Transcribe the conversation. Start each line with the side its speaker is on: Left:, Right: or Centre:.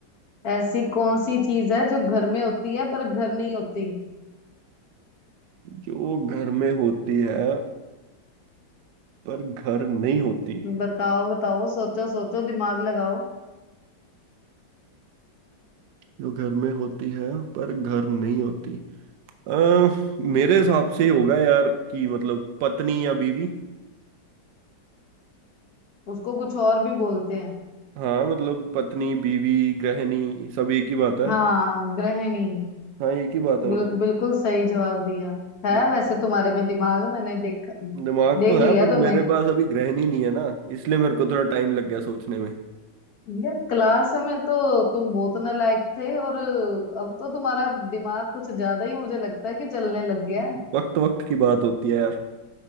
Left: ऐसी कौन सी चीज है जो घर में होती है पर घर नहीं होती
Right: जो घर में होती है पर घर नहीं होती
Left: बताओ बताओ सोचो सोचो दिमाग लगाओ
Right: जो घर में होती है पर घर नहीं होती अ, मेरे हिसाब से होगा यार कि मतलब पत्नी या बीवी
Left: उसको कुछ और भी बोलते हैं
Right: हाँ मतलब पत्नी बीवी गृहिणी सब एक ही बात है
Left: हाँ गृहिणी
Right: हाँ एक ही बात है
Left: बिल,
Right: वो तो
Left: बिल्कुल सही जवाब दिया है
Right: हम्म।
Left: वैसे तुम्हारे में दिमाग मैंने देख
Right: दिमाग
Left: देख
Right: तो
Left: लिया
Right: है पर
Left: तुम्हें
Right: मेरे पास अभी ग्रहण ही नहीं है ना इसलिए मेरे को थोड़ा टाइम लग गया सोचने में
Left: यार क्लास में तो तुम बहुत नालायक थे और अब तो तुम्हारा दिमाग कुछ ज्यादा ही मुझे लगता है कि चलने लग गया है
Right: वक्त वक्त की बात होती है यार